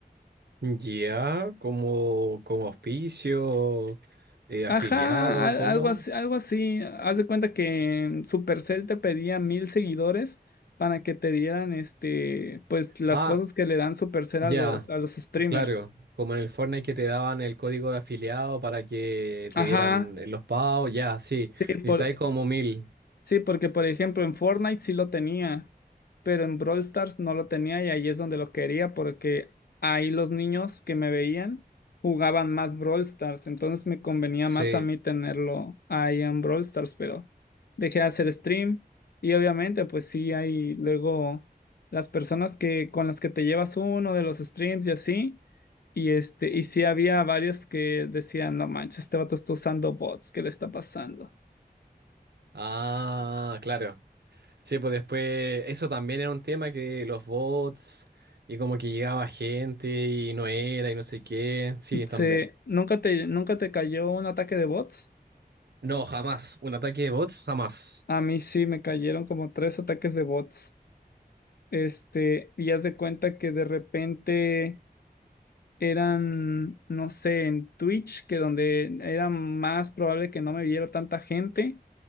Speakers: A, on the right; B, on the left.
A: Ya, como, como auspicio, eh,
B: Ajá,
A: afiliado,
B: al-
A: ¿cómo?
B: algo así, algo así. Haz de cuenta que Supercell te pedía mil seguidores para que te dieran este, pues las
A: Ah,
B: cosas que le dan Supercell
A: ya,
B: a los, a los streamers.
A: claro. Como en el Fortnite que te daban el código de afiliado para que te
B: Ajá,
A: dieran los pagos, ya, sí.
B: sí,
A: Necesitáis
B: por,
A: como mil,
B: Sí, porque por ejemplo en Fortnite sí lo tenía, pero en Brawl Stars no lo tenía y ahí es donde lo quería porque ahí los niños que me veían jugaban más Brawl Stars, entonces me convenía
A: sí.
B: más a mí tenerlo ahí en Brawl Stars, pero dejé de hacer stream y obviamente pues sí hay luego las personas que con las que te llevas uno de los streams y así. Y este, y sí había varios que decían, no manches, este vato está usando bots, ¿qué le está pasando?
A: Ah, claro. Sí, pues después eso también era un tema que los bots y como que llegaba gente y no era y no sé qué. Sí, también.
B: Sí, ¿nunca te, nunca te cayó un ataque de bots?
A: No, jamás. Un ataque de bots, jamás.
B: A mí sí me cayeron como tres ataques de bots. Este, y haz de cuenta que de repente eran, no sé, en Twitch, que donde era más probable que no me viera tanta gente,